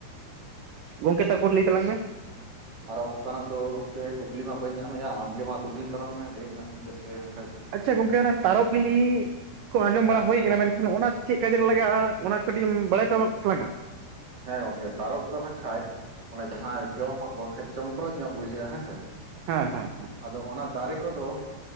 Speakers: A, on the right; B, on the right.
A: ᱜᱚᱝᱠᱮ ᱛᱟᱨᱯᱚᱨ ᱞᱟᱹᱭ ᱛᱟᱞᱟᱝ ᱢᱮ᱾
B: ᱟᱨᱚ ᱚᱝᱠᱟᱱᱟᱜ ᱫᱚ ᱜᱚᱝᱠᱮ ᱠᱩᱠᱞᱤ ᱢᱟ ᱵᱟᱹᱧ ᱧᱟᱢᱮᱜᱼᱟ ᱟᱢᱜᱮ ᱢᱟ ᱠᱩᱠᱞᱤᱧ ᱛᱟᱞᱟᱝ ᱢᱮ ᱞᱟᱹᱭ ᱨᱮᱱᱟᱜ ᱤᱧ ᱪᱮᱥᱴᱟᱭᱟ ᱦᱟᱜᱠᱷᱟᱡ᱾
A: ᱟᱪᱪᱷᱟ ᱜᱚᱝᱠᱮ ᱚᱱᱟ ᱛᱟᱨᱚᱵ ᱵᱤᱞᱤ ᱠᱚ ᱟᱸᱡᱚᱢ
B: ᱦᱮᱸ
A: ᱵᱟᱲᱟ ᱦᱳᱭ ᱢᱮᱱᱠᱷᱟᱱ ᱚᱱᱟ ᱪᱮᱫ ᱠᱟᱡ ᱨᱮ ᱞᱟᱜᱟᱜᱼᱟ, ᱚᱱᱟ ᱠᱟᱹᱴᱤᱡ ᱮᱢ ᱵᱟᱲᱟᱭ ᱛᱟᱢᱟ ᱛᱟᱞᱟᱝ ᱟ?
B: ᱦᱮᱸ ᱜᱚᱝᱠᱮ ᱛᱟᱨᱚᱯ ᱫᱚ ᱦᱟᱸᱜ ᱠᱷᱟᱡ ᱚᱱᱟ ᱡᱟᱸᱦᱟᱸ ᱡᱚᱢ ᱟᱠᱚ ᱠᱷᱟᱡ ᱪᱚᱢᱠᱚᱨᱚᱪ ᱧᱚᱜ ᱵᱩᱡᱷᱟᱹᱜᱼᱟ ᱦᱮᱸ ᱥᱮ᱾
A: ᱦᱮᱸ ᱦᱮᱸ ᱦᱮᱸ᱾
B: ᱟᱫᱚ ᱚᱱᱟ ᱫᱟᱨᱮ ᱠᱚᱫᱚ